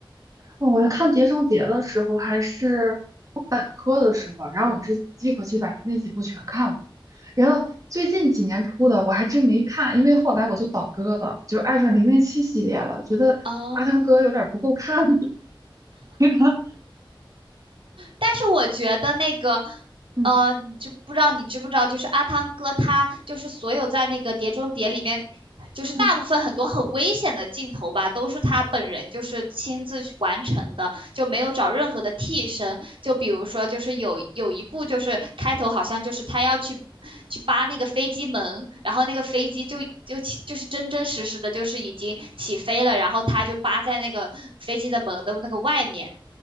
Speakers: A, on the right; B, on the right.
A: 哦我看《碟中谍》的时候，还是我本科的时候，然后我是一口气把那几部全看了，然后最近几年出的我还真没看，因为后来我就倒戈了，就爱上零零七系列了，觉得阿汤哥有点不够看。
B: 哦，
A: <laughs>
B: 但是我觉得那个，
A: 嗯
B: 呃，你知不不知道？你知不知道？就是阿汤哥他就是所有在那个《碟中谍》里面，就是大部分很多很危险的镜头吧，
A: 嗯
B: 都是他本人就是亲自去完成的，就没有找任何的替身。就比如说，就是有有一部就是开头好像就是他要去。去扒那个飞机门，然后那个飞机就就起就是真真实实的，就是已经起飞了，然后他就扒在那个飞机的门的那个外面，